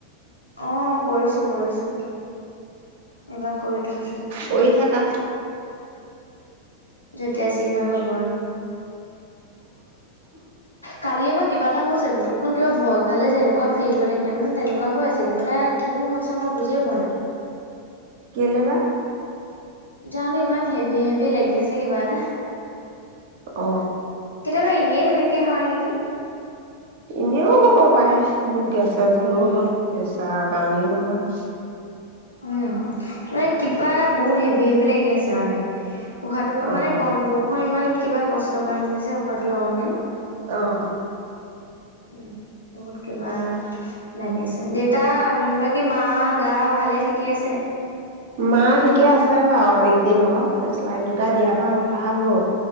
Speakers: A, on the left; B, on the right.
A: অ' কৰিছো কৰিছো এইবাৰ কৰি থৈছো।
B: কৰি থাকা
A: এতিয়া যি হয় হ'ব আৰু।
B: <inaudible>
A: কালিয় পা কিবা এটা হৈছে বুকুখন কিবা ভয় খালে যেনেকুৱা ফিল হৈ থাকে মানে তেনেকুৱা হৈ আছে কিবা এটা কিনো হৈছে মই বুজিয়ে পোৱা নাই
B: কেলে বা
A: জানো ইমান হেভি হেভি লাগি আছে কিবা এটা
B: অ
A: কেতিয়াবা এনেই তেনেকে হয় নেকি
B: এনেও হ'ব পাৰে এইবোৰ গেছে চেছ
A: উম
B: হ'লেও হয় পেচাৰত কাৰণেও হয়
A: উমে কিবা এটা বহুত হেভি হেভি লাগি আছে মানে। উশাহটো
B: অ',
A: মানে বনভো ইমান কিবা কষ্ট কৰা নাছিলে উশাহটো লগত নিও <unintelligible>
B: অ'।
A: উম বহুত কিবা লাগি আছে দেউতা বাকী মা গা ভালে ঠিকে আছে
B: মা ঠিকে আছে বাৰু এইকেইদিন অলপ চেলাইন দুটা দিয়াৰ পৰা অলপ ভাল হ'ল